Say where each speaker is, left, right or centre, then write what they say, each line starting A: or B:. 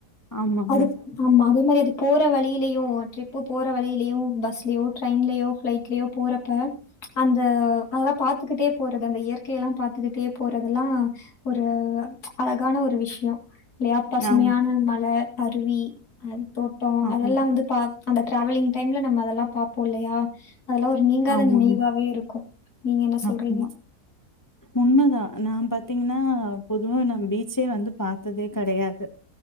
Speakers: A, on the left; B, on the left.
A: ஆமாங்க
B: அது ஆமா அதே மாரி அது போற வழியிலையு ட்ரிப்பு போற வழியிலையு பஸ்லயோ ட்ரெயின்லயோ ஃப்ளைட்லயோ போறப்ப அந்த அதெல்லா பாத்துக்கிட்டே போறது அந்த இயற்கையெல்லா பாத்துக்கிட்டே போறதெல்லா ஒரு அழகான ஒரு விஷ் யோ இல்லையா பசுமையான
A: ஆமா
B: மல அருவி அ தோட்டோ
A: ஆமா,
B: அதெல்லா
A: ஆமாங்க
B: வந்து பா அந்த டிராவலிங் டைம்ல நம்ம அதெல்லா பாப்போ இல்லையா அதெல்லா ஒரு நீங்காத
A: ஆமாங்க
B: நினைவாவே இருக்கு நீங்க என்ன சொல்றீங்க?
A: ஆமா
B: <inaudible>
A: உண்ம தா நா பாத்தீங்கன்னா பொதுவா நா பீச்சே வந்து பாத்ததே கடையாது